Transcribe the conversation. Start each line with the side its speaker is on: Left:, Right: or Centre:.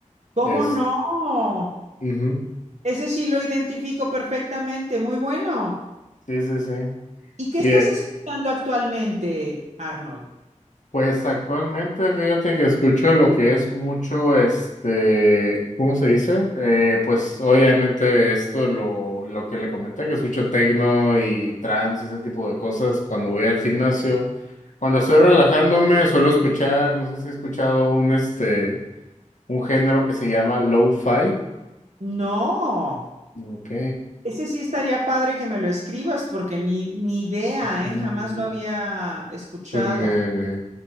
Right: ¿Cómo
Left: Es,
Right: no?
Left: ujú,
Right: Ese sí lo identifico perfectamente, muy bueno.
Left: Sí, sí, sí.
Right: ¿Y qué
Left: Y,
Right: estás
Left: eh,
Right: escuchando actualmente, Arnold?
Left: Pues actualmente fíjate que escucho lo que es mucho, este, ¿cómo se dice? Eh, pues obviamente esto, lo, lo que le comenté, que escucho tecno y trance y ese tipo de cosas cuando voy al gimnasio. Cuando estoy relajándome suelo escuchar, no sé si he escuchado un, este, un género que se llama lo-fi.
Right: No,
Left: Ok.
Right: ese sí estaría padre que me lo escribas porque ni, ni idea,
Left: Mm,
Right: ¿eh? Jamás lo había escuchado.
Left: Pues me, me-